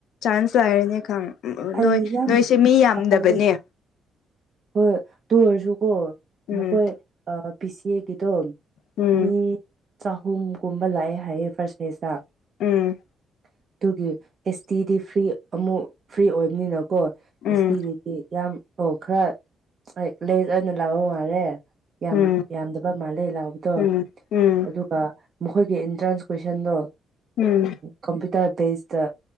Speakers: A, on the left; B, on the right.
A: ꯆꯥꯟꯁ ꯂꯥꯏꯔꯅꯤ ꯈ ꯎ
B: ꯑꯩ
A: ꯅꯣꯏ
B: ꯌꯥꯝ
A: ꯅꯣꯏꯁꯦ ꯃꯤ ꯌꯥꯝꯗꯕꯅꯦ
B: ꯄꯥꯈꯠꯂꯦ ꯍꯣꯏ ꯇꯣꯏꯔꯁꯨꯀꯣ
A: ꯎꯝ
B: ꯃꯈꯣꯏ ꯄꯤ ꯁꯤ ꯑꯦꯒꯤꯗꯣ
A: ꯎꯝ
B: ꯃꯤ ꯆꯍꯨꯝꯒꯨꯝꯕ ꯂꯥꯛꯑꯦ ꯍꯥꯏꯌꯦ ꯐꯥꯔꯁ ꯑꯗꯨꯒꯤ
A: ꯎꯝ
B: ꯑꯦꯁ ꯇꯤ ꯗꯤ ꯐ꯭ꯔꯤ ꯑꯃꯨꯛ ꯐ꯭ꯔꯤ ꯑꯣꯏꯕꯅꯤꯅꯀꯣ
A: ꯎꯝ
B: ꯑꯦꯁꯇꯤꯒꯤꯗꯤ ꯌꯥꯝ ꯑꯣ ꯈꯔ ꯍ ꯂꯦꯖ ꯑꯣꯏꯅ ꯂꯥꯛꯑꯣ ꯉꯔꯦ ꯌꯥꯝ
A: ꯎꯝ
B: ꯌꯥꯝꯗꯕ ꯃꯥꯜꯂꯦ ꯂꯥꯎꯕꯗꯣ
A: ꯎꯝ ꯎꯝ
B: ꯑꯗꯨꯒ ꯃꯈꯣꯏꯒꯤ ꯑꯦꯟꯇ꯭ꯔꯥꯟꯁ ꯀꯣꯏꯁꯟꯗꯣ
A: ꯎꯝ
B: ꯀꯝꯄ꯭ꯌꯨꯇꯔ ꯄꯦꯁꯇ